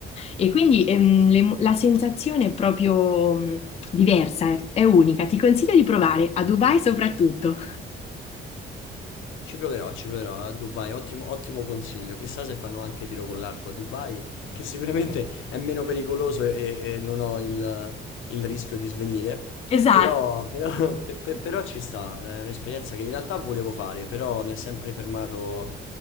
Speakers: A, on the left (about 30°); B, on the left (about 85°).
A: E quindi ehm, le- la sensazione è proprio mh, diversa, è, è unica. Ti consiglio di provare a Dubai soprattutto.
B: Ci proverò, ci proverò a Dubai, ottimo, ottimo consiglio. Chissà se fanno anche tiro con l'arco a Dubai, che sicuramente è meno pericoloso e, e non ho il, il rischio di svenire.
A: Esatto,
B: Però, però- <laughs> pe- pe- però ci sta, è un'esperienza che in realtà volevo fare, però mi ha sempre fermato